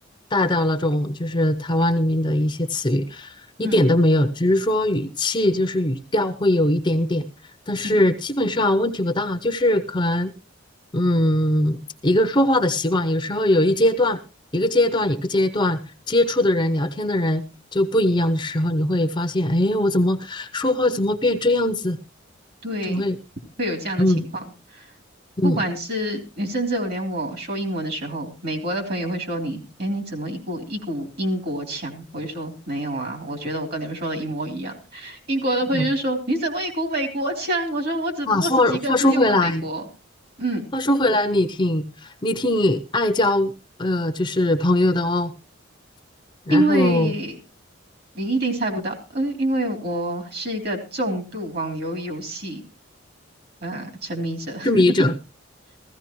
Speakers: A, on the left; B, on the right.
A: 带到那种就是台湾里面的一些词语，一点都没有，
B: 嗯
A: 只是说语气就是语调会有一点点，但是基本上问题不大，
B: 嗯
A: 就是可能嗯一个说话的习惯，有时候有一阶段。一个阶段一个阶段接触的人、聊天的人就不一样的时候，你会发现，哎，我怎么说话怎么变这样子？
B: 对，
A: 就会，
B: 会有这样的情况。
A: 嗯
B: 不管是你，
A: 嗯
B: 甚至我连我说英文的时候，美国的朋友会说你，哎，你怎么一股一股英国腔？我就说没有啊，我觉得我跟你们说的一模一样。英国的朋友就说你怎么一股美国腔？
A: 嗯。
B: 我说我只不过是几个字用了美国，
A: 啊，话话说回来，
B: 嗯，
A: 话说回来，你挺你挺爱交呃，就是朋友的哦，然后
B: 因为你一定猜不到，嗯，因为我是一个重度网游游戏呃沉迷者，<laughs>
A: 痴迷者。